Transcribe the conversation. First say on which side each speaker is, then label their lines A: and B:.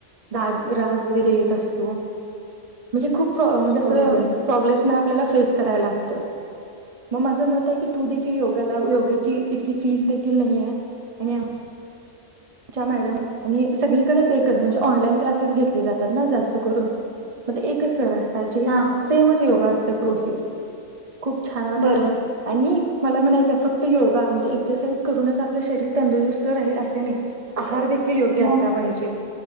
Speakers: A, on the right (about 35°); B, on the right (about 50°).
A: राग राग वगैरे येत असतो म्हणजे खूप प्रॉ म्हणजे असं
B: होय होय
A: प्रॉब्लेम्स ना आपल्याला फेस करायला लागत मग माझं मत आहे की तू देखील योग कला उपयोगाची की फीस देखील नाही आहे आणि आमच्या या मॅडम आणि सगळीकडेच एकच म्हणजे ऑनलाईन क्लासेस घेतले जातात ना जास्त करून मग ते एकच सर असत जी
B: हा
A: सेमचं योगा त्या प्रोसेस खूप छान वाटत
B: बरं
A: आणि मला म्हणायचंय फक्त योगा म्हणजे एक्सरसाइज करूनच आपलं शरीर तंदुरुस्त राहील असे नाही आहार देखील देखील योग्य
B: मग
A: असला पाहिजे